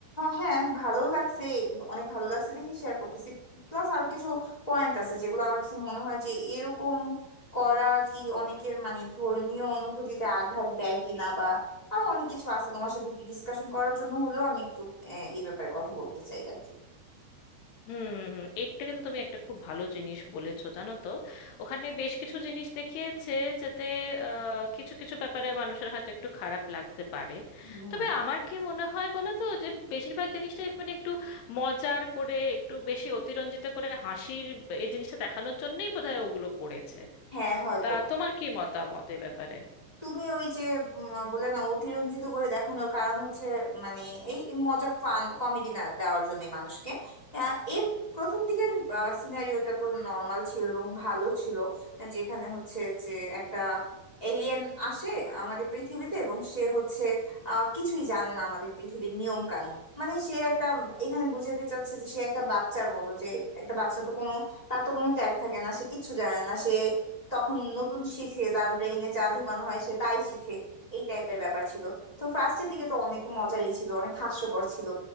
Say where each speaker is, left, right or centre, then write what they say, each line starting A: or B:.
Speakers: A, on the left; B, on the left.
A: হ্যাঁ ভালো লাগছে অনেক ভালো লাগছে দেখি শেয়ার করতেছি প্লাস আরো কিছু পয়েন্ট আছে যেগুলো আমার কাছে মনে হয় যে এরকম করা কি অনেকের মানে ধর্মীয় অনুভূতিতে আঘাত দেয় কিনা বা আরো অনেক কিছু আছে তোমার সাথে ডিসকাশন করার জন্য হলেও আমি একটু আহ, এই ব্যাপারে কথা বলতে চাই আর কি
B: হুম হুম এটা কিন্তু তুমি একটা খুব ভালো জিনিস বলেছো জানো তো ওখানে বেশ কিছু জিনিস দেখিয়েছে যাতে আহ, কিছু কিছু ব্যাপারে মানুষের হয়তো একটু খারাপ লাগতে পারে
A: হুম।
B: তবে আমার কি মনে হয় বলো তো যে বেশিরভাগ জিনিসটাই মানে একটু মজার করে একটু বেশি অতিরঞ্জিত করে হাসির এই জিনিসটা দেখানোর জন্যই বোধহয় ওগুলো করেছে
A: হ্যাঁ হয়তো
B: তা তোমার কি মতামত এ ব্যাপারে
A: তুমি ওই যে উম, বলে না অতিরঞ্জিত করে দেখানোর কারণ হচ্ছে মানে এই মজা ফান কমেডি না দেওয়ার জন্যই মানুষকে আহ, এর প্রথম দিকের সিনারিওটা তো নর্মাল ছিল এবং ভালো ছিল যেখানে হচ্ছে যে একটা এলিয়েন আসে আমাদের পৃথিবীতে এবং সে হচ্ছে আহ, কিছুই জানে না আমাদের পৃথিবীর নিয়ম কানুন মানে সে একটা এখানে বুঝাতে চাচ্ছে যে সে একটা বাচ্চার মতো যে একটা বাচ্চা তো কোনো তার তো কোনো ট্যাগ থাকে না সে কিচ্ছু জানে না সে তখন নতুন শিখে তার ব্রেইনে যা ঢোকানো হয় সে তাই শিখে এই টাইপের ব্যাপার ছিল তো ফার্স্টের দিকে তো অনেক মজারই ছিল অনেক হাস্যকর ছিল